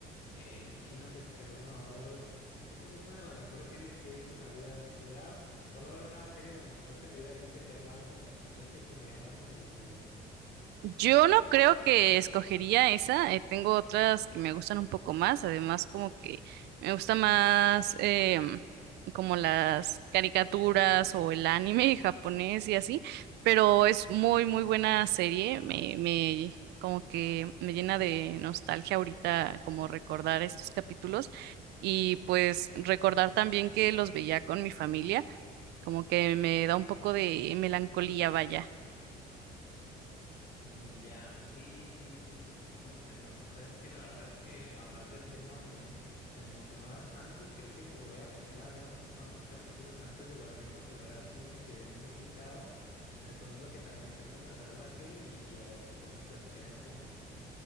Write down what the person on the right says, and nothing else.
Yo no creo que escogería esa, eh, tengo otras que me gustan un poco más, además como que me gusta más em, como las caricaturas o el anime <laughs> japonés y así, pero es muy muy buena serie, me, me como que me llena de nostalgia ahorita como recordar estos capítulos y pues recordar también que los veía con mi familia, como que me da un poco de melancolía, vaya.